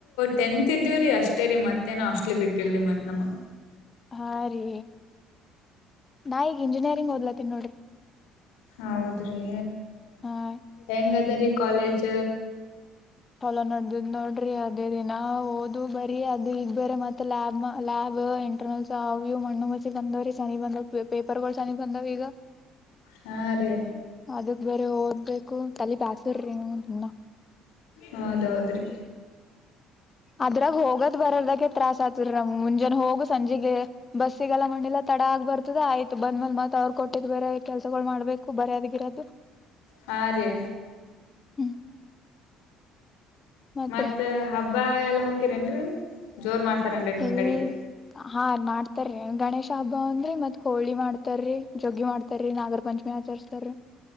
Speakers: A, on the left; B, on the left.
A: ಟೆಂತ್ ಇದ್ದೀವ್ರಿ ಅಷ್ಟೇ ರಿ ಮತ್ತೇನ ಹಾಸ್ಟಲ್ ಬಿಟ್ಟಿಲ್ರಿ ಮತ್ತ ನಮಗ
B: ಹ ರೀ ನಾ ಈಗ ಇಂಜಿನಿಯರಿಂಗ್ ಓದ್ಲಾಕತ್ತೀನಿ ನೋಡ್ರಿ
A: ಹೌದ ರಿ
B: ಹಾ
A: ಎಂಗ್ ಅದಿರಿ ಕಾಲೇಜ
B: ಚಲೋ ನಡದದ ನೋಡ್ರಿ ಅದೇ ರಿ ದಿನ ಓದು ಬರಿ ಅದು ಈಗ್ ಬರೆ ಮತ್ತ ಲ್ಯಾ ಲ್ಯಾಬ್ ಇಂಟರ್ನಲಸ ಅವು ಇವು ಮಣ್ಣ ಬಂದವ್ರೀ ಸನಿ ಬಂದವ ಪೇಪರಗಳು ಸನಿ ಬಂದಾವ ಈಗ ಹ್
A: ಹ ರಿ
B: ಅದಕ ಬರೆ ಓದಬೇಕು ತೆಲಿಬ್ಯಾಸರ ರಿ ದಿನಾ
A: ಹೌದೌದ್ರಿ
B: ಅದ್ರಾಗ ಹೋಗದ ಬರರ್ದಾಗೆ ತ್ರಾಸ್ ಆಗತೈತಿ ನಮ ಮುಂಜಾನೆ ಹೋಗು ಸಂಜೆಗೆ ಬಸ್ ಸಿಗಲ್ಲ ಮಣ್ಣ ಇಲ್ಲ ತಡ ಆಗ ಬರ್ತದ ಆಯ್ತು ಬಂದ್ಮೇಲ್ ಮತ್ತ ಅವರ ಕೊಟ್ಟಿದ ಬೇರೆ ಕೆಲಸಗಳು ಮಾಡ್ಬೇಕು ಬರೆಯೋದು ಗಿರೋದು
A: ಹ ರೀ
B: ಹ್ಮ್ ಮತ್ರಿ
A: ಮತ್ತ ಹಬ್ಬ ಎಲ್ಲಾ ಹೋಗ್ತೀರೇನ್ರಿ ಜೋರ ಮಾಡ ರಂಡ ನಿಮ
B: ಎಲ್
A: ಕಡಿಗಿ
B: ಹಾ ಮಾಡ್ತಾರಿ ಗಣೇಶ ಹಬ್ಬ ಒಂದು ರಿ ಮತ್ತ ಹೋಳಿ ಮಾಡ್ತರ್ರಿ ಜಗ್ಗಿ ಮಾಡ್ತಾರೀ ನಾಗರ ಪಂಚಮಿ ಆಚರಿಸುತ್ತಾರೆ